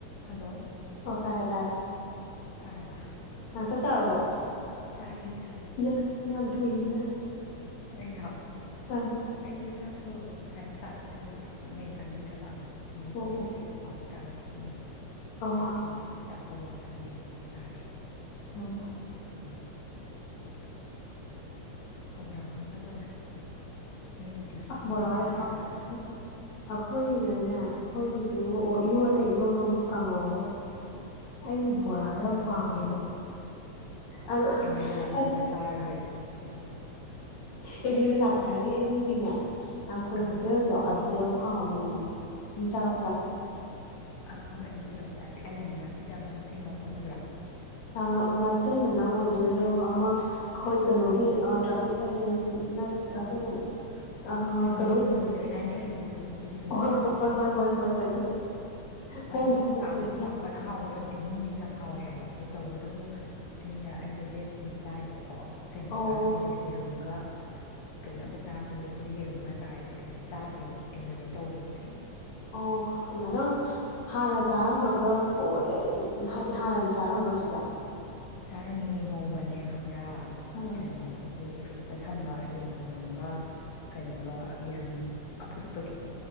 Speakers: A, on the left; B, on the left.
A: Hello
B: ꯑꯣ ꯇꯥꯔꯦ ꯇꯥꯔꯦ
A: ꯇꯥꯔꯕ
B: ꯑ ꯆꯥꯛ ꯆꯥꯔꯕꯣ
A: ꯆꯥꯔꯦ ꯆꯥꯔꯦ
B: ꯌꯥ ꯌꯥꯝ ꯊꯨꯏꯏꯅ
A: ꯑꯩꯔꯣ
B: ꯑꯥ
A: ꯑꯩꯗꯣ ꯆꯥꯛ ꯇꯣ ꯉꯁꯥꯏꯅ ꯆꯥ ꯊꯛꯆꯜꯂꯨꯕꯩ ꯊꯦꯡꯃꯟꯕꯩ ꯆꯥꯅꯤꯡꯗ꯭ꯔꯕ ꯗꯣ
B: ꯑꯣ
A: ꯈꯣꯏ ꯑꯇꯩ ꯀ꯭ꯋꯥ ꯆꯥꯕ ꯊꯦꯡꯉꯦ
B: ꯑꯣ
A: ꯆꯥꯛ ꯊꯦꯡꯕ <unintelligible> ꯆꯥꯛ <unintelligible> ꯌꯥꯝ ꯆꯥꯅꯤꯡꯗꯦꯅ ꯈꯤꯇꯪ ꯆꯥꯔꯦ
B: ꯑꯣ
A: ꯑꯗꯨꯗꯨꯒꯤ ꯍꯧꯔꯥ ꯑꯃꯒ ꯇꯧꯔꯦ ꯅꯣꯏꯒꯤꯗꯤ
B: ꯑꯁ
A: ꯀꯩꯀꯩ
B: ꯕꯣꯔꯥ <unintelligible>
A: ꯆꯥꯊꯔꯕ
B: ꯑꯈꯣꯏꯅꯅꯦ ꯑꯩꯈꯣꯏꯒꯤ ꯑꯗꯨ ꯑꯣ ꯏꯔꯣꯜꯂꯦ ꯏꯔꯣꯝꯕꯥ ꯑꯃꯒ ꯀꯥꯡꯍꯧ ꯑꯃꯒ ꯑꯩꯒꯤ ꯕꯣꯔꯥꯁꯨ
A: ꯅꯣꯏꯁꯨ
B: ꯌꯥꯝ ꯄꯥꯝꯃꯦꯕ
A: ꯍꯥꯎꯋꯤ ꯀꯩꯅꯣ
B: ꯑꯗꯣ <unintelligible>
A: ꯑꯦꯝ ꯌꯨꯗ ꯂꯥꯛꯄ ꯑꯝꯗ ꯆꯥꯔ ꯂꯣꯏꯔꯦ ꯀꯩꯅꯣ
B: ꯑꯦꯝ ꯌꯨꯗ ꯂꯥꯛꯄ ꯍꯥꯏꯔꯒ ꯑꯦꯝ ꯌꯨꯒꯤꯅꯦ ꯇꯥꯡꯈꯨꯜ
A: ꯑꯥ
B: ꯍꯣꯇꯦꯜꯗꯣ ꯑꯗꯨ ꯌꯥꯝ ꯍꯥꯎꯕꯅꯦꯉꯣ ꯅꯪ ꯆꯥꯔꯛꯄ꯭ꯔ
A: ꯑ ꯀꯩꯅꯣꯒꯤꯗꯔꯣ ꯇ꯭ꯔꯥꯐꯤꯛ ꯑꯂꯦꯟ ꯃꯅꯥꯛꯀꯤꯗ ꯑꯃ ꯃꯅꯥꯎ ꯐꯝꯕꯗꯨꯔꯥ
B: ꯑ ꯃꯇꯩ ꯃꯅꯥꯎ ꯑꯣꯏ ꯑꯗꯨꯏꯔꯣ ꯑꯃ ꯍꯣꯏ ꯀꯩꯅꯣꯒꯤ ꯇ꯭ꯔꯥꯐꯤꯛ ꯑꯥꯏꯂꯦꯟ ꯅꯠꯇꯔ ꯇ꯭ꯔꯥꯐꯤꯛ ꯑꯥꯏꯂꯦꯟ ꯂꯣ ꯑ
A: ꯀꯩꯅꯣꯗꯣ
B: ꯀꯩꯅꯣꯒꯤ
A: ꯀꯝꯄ꯭ꯌꯨꯇꯔ ꯁꯥꯏꯟꯁ ꯂꯩꯕꯩꯗꯣ ꯑꯗꯨꯒꯤꯗꯣ ꯅꯠꯇ꯭ꯔꯥ
B: ꯍꯣꯏ ꯍꯣꯏ ꯍꯣꯏ ꯍꯣꯏ ꯍꯣꯏ ꯑꯗꯨꯗꯣ ꯍꯣꯡꯁꯨ
A: ꯑꯗꯨ ꯑꯩꯅ
B: ꯍꯣꯡꯕꯅꯦ
A: ꯆꯥꯕꯗꯗꯤ ꯌꯥꯝ ꯀꯟꯅ ꯍꯥꯎꯕ ꯑꯣꯏꯔꯛꯇꯦ ꯃꯤ ꯌꯥꯝ ꯍꯥꯎꯋꯦ ꯍꯥꯏꯌꯦꯕ ꯑꯗꯨ ꯇꯧꯕꯇꯕꯨ ꯑꯩꯅ ꯑꯩꯗꯣ ꯕꯦꯖꯅꯦ ꯆꯥꯏꯗꯣꯀꯣ ꯀꯩꯅꯣ
B: ꯑꯣ
A: ꯆꯥꯔꯝꯗꯦꯕ ꯌꯦꯔꯨꯝꯒ ꯆꯤꯛꯀꯟꯒ ꯑꯝꯇ ꯆꯥꯔꯝꯗꯦ ꯍꯧꯖꯤꯛꯄꯨꯗꯤ ꯌꯦꯔꯨꯝ ꯈꯔ ꯆꯥꯔꯦ ꯆꯤꯛꯀꯟꯗꯤ ꯆꯥꯗ꯭ꯔꯦꯕ ꯑꯦꯂꯔꯖꯤ ꯇꯧꯈꯤꯕꯗꯒꯤ
B: ꯑꯣ ꯑꯣ <unintelligible> ꯍꯥꯟꯅ ꯆꯥꯔꯝꯃꯒ <unintelligible> ꯍꯥꯏꯗꯤ ꯍꯥꯟꯅꯗꯤ ꯆꯥꯔꯝꯕꯔꯣ ꯆꯤꯀꯟ
A: ꯆꯥꯔꯝꯃꯦ ꯅꯣꯡꯃꯅꯦ ꯈꯝ ꯕ꯭ꯔꯥ
B: ꯑꯥ
A: ꯀꯅꯣ ꯑꯩꯈꯣꯏꯒꯤ ꯐ꯭ꯔꯤꯖ ꯇ ꯊꯝꯕ ꯌꯦꯟꯊꯣꯡꯐꯝꯒ ꯀꯩꯅꯣꯒ ꯌꯦꯔꯨꯝ ꯑꯐꯨꯠꯄꯗꯣ